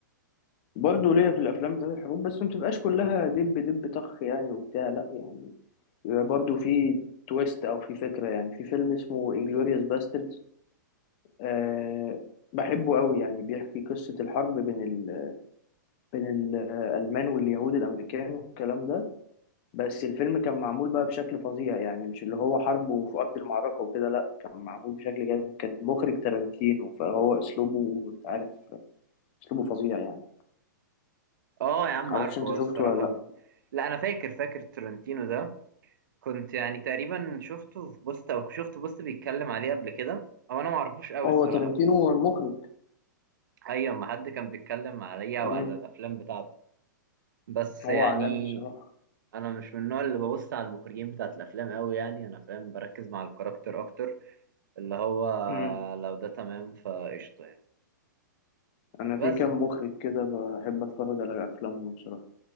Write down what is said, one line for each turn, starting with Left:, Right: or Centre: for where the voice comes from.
Left: برضه ليا في الافلام بتاعت الحروب بس ما بتبقاش كلها دب دب طخ يعني وبتاع لا يعني بيبقى برضه في تويست او في فكره يعني في فيلم اسمه انجلوريوس باستردز أه بحبه قوي يعني بيحكي قصه الحرب بين ال... بين الالمان واليهود الامريكان والكلام ده بس الفيلم كان معمول بقى بشكل فظيع يعني مش اللي هو حرب وفي أرض المعركة وكده لأ كان معمول بشكل جامد كان المخرج تارانتينو فهو أسلوبه أنت عارف أسلوبه فظيع يعني
Right: اه يا عم
Left: معرفش
Right: عارفه
Left: أنت شفته
Right: الصراحه
Left: ولا لأ
Right: لا انا فاكر فاكر ترنتينو ده كنت يعني تقريبا شفته في بوست او شفت بوست بيتكلم عليه قبل كده او انا معرفوش قوي
Left: هو
Right: الصراحه
Left: تارانتينو
Right: بس
Left: هو المخرج
Right: ايوه ما حد كان بيتكلم عليا
Left: مم.
Right: وعلى الافلام بتاعته بس
Left: هو
Right: يعني
Left: عالمي بصراحة
Right: انا مش من النوع اللي ببص على المخرجين بتاعت الافلام قوي يعني انا فاهم بركز مع الكاركتر اكتر اللي هو
Left: مم.
Right: لو ده تمام فقشطه يعني
Left: أنا
Right: بس
Left: في كام مخرج كده بحب أتفرج على أفلامهم بصراحة